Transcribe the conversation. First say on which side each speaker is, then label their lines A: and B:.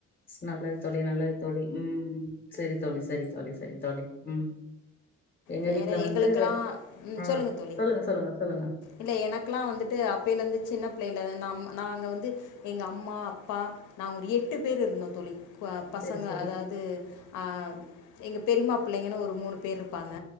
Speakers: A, on the left; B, on the left.
A: நல்லது தோழி நல்லது தோழி உம் சரி தோழி சரி தோழி சரி தோழி உம் எங்க
B: வேற
A: வீட்ல வந்து
B: எங்களுக்கெலா உம்
A: ஆ
B: சொல்லுங்க தோழி
A: சொல்லுங்க சொல்லுங்க
B: இல்ல எனக்கெலா வந்துட்டு அப்பேலேருந்து சின்ன புள்ளைல நம் நாங்க வந்து எங்க அம்மா அப்பா நாங்க ஒரு எட்டு பேரு இருந்தோம் தோழி ப பசங்க
A: சரி சரி
B: அதாவது ஆஹ் எங்க பெரிம்மா புள்ளைங்கனு ஒரு மூணு பேரு இருப்பாங்க